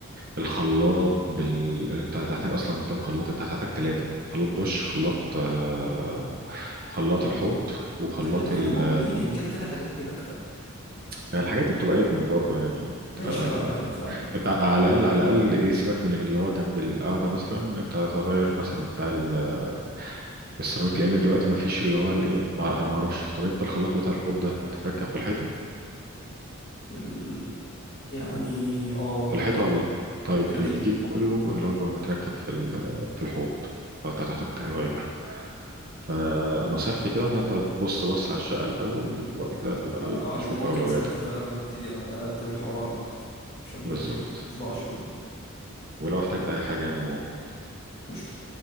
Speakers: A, on the right; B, on the left.
A: الخلاط بال انت هتحتاج اصلا كام خلاط انت هتحتاج ثلاثه خلاط دش خلاط آه، خلاط الحوض وخلاط
B: ده كده
A: ال...
B: كده موجودين يعني كده كده الحاجات دي راكبة
A: يعني الحاجات دي بتبقى ادمت برضه يعني انت
B: ماشي اه يعني فاهمة
A: انت على الاقل على الاقل ايه سيبك من اللي هو جنب القعده مثلا انت هتغير مثلا بتاع ال- <laughs> السيراميك لان دلوقتي ما فيش اللي هو الايه ما انا ما اعرفش طب انت الخلاط بتاع الحوض ده متركب في الحيطه
B: في ال... يعني اه
A: في الحيطه
B: اه
A: ولا طيب
B: تقريبا
A: الجديد كله اللي هو بيبقى متركب في ال- <laughs> في الحوض فانت هتحتاج تغير فنصيحتي كده ان انت تبص بص على الشقه الاول وبعد كده تبقى
B: انا
A: ايه
B: اه
A: تشوف
B: يعني ممكن
A: اولوياتك
B: ساعتها فعلا ابتدي ارتب الحوار واحدة واحدة عشان ما
A: بالظبط
B: يطلعش مني
A: ولو احتجت اي حاجه يعني انا موجود
B: قشطة